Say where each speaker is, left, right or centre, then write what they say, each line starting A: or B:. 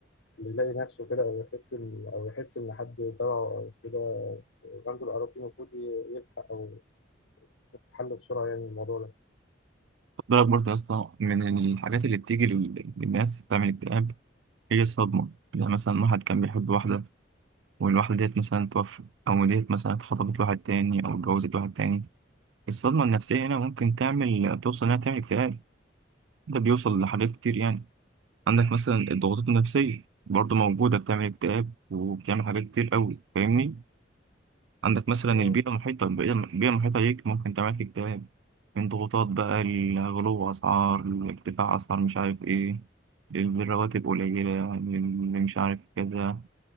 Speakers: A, on the left; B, on the right.
A: اللي يلاقي نفسه كده أو يحس إن أو يحس إن حد تبعه أو كده عنده الأعراض دي المفروض ي- يلحق أو يشوف حل بسرعة يعني الموضوع ده
B: خد بالك برضه يا اسطى من الحاجات اللي بتيجي لل- للناس بتعمل اكتئاب هي الصدمة يعني مثلا واحد كان بيحب واحدة والواحدة ديت مثلا توفت أو ديت مثلا اتخطبت لواحد تاني أو اتجوزت واحد تاني الصدمة النفسية هنا ممكن تعمل توصل إنها تعمل اكتئاب ده بيوصل لحاجات كتير يعني عندك مثلا الضغوطات النفسية برضه موجودة بتعمل اكتئاب وبتعمل حاجات كتير قوي فاهمني عندك مثلا
A: مم.
B: البيئة المحيطة البيئة البيئة المحيطة ليك ممكن تعمل لك اكتئاب من ضغوطات بقى الغلو أسعار ارتفاع أسعار مش عارف إيه الرواتب قليلة اللي مش عارف كذا